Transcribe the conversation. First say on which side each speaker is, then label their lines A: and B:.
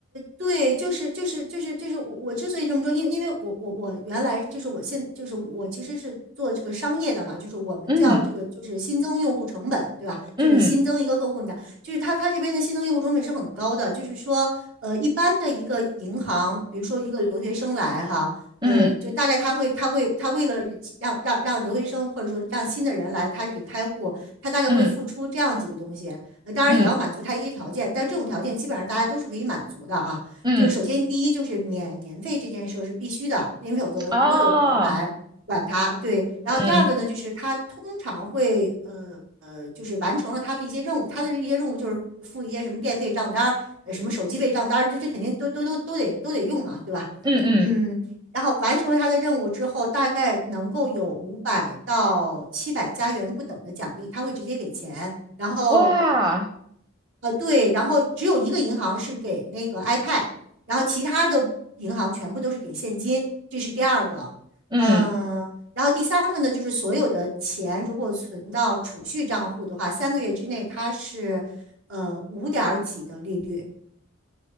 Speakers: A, on the right; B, on the right.
A: 对，就是就是就是就是我我之所以这么说，因为因为我我我原来就是我现就是我其实是做这个商业的嘛，就是我们叫这个就是新增用户成本，
B: 嗯
A: 对吧？
B: 嗯
A: 就是你新增一个客户，你的就是他他这边的新增用户成本是很高的，就是说呃一般的一个银行，比如说一个留学生来哈，
B: 嗯
A: 呃就大概他会他会他为了让让让留学生或者说让新的人来他这里开户，他大概会付出这样几个东西，
B: 嗯
A: 呃当然也要满足他一些条件，
B: 嗯
A: 但这种条件基本上大家都是可以满足的啊。
B: 嗯。
A: 就是首先第一就是免年费这件事是必须的，因为否则不会有人来管它。
B: 哦，
A: 对，然后第二个呢，
B: 嗯。
A: 就是他通常会呃呃，就是完成了他的一些任务，他的一些任务就是付一些什么电费账单呃什么手机费账单这这肯定都都都都得都得用嘛，对吧？
B: 嗯嗯，
A: 嗯。然后完成了他的任务之后，大概能够有五百到七百加元不等的奖励，他会直接给钱。然后
B: 哇，
A: 呃，对，然后只有一个银行是给那个 iPad，然后其他的银行全部都是给现金，这是第二个。
B: 嗯
A: 嗯、然后第三个呢，就是所有的钱如果存到储蓄账户的话，三个月之内它是呃五点儿几的利率，